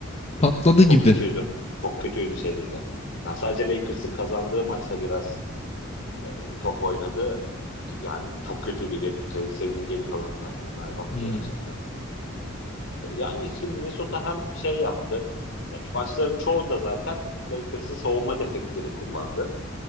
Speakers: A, on the left; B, on the left.
A: patladı gibi.
B: Çok kötüydü. Çok kötüydü seride. Yani sadece Lakers'ın kazandığı maçta biraz e, top oynadı. Yani çok kötüydü gel- serinin geri kalanında ya. Berbattı
A: Hmm,
B: gerçekten. E, Yani işte Minnesota hem şey yaptı. Ya, şu maçların çoğunda zaten Lakers'ın savunma defektini kullandı.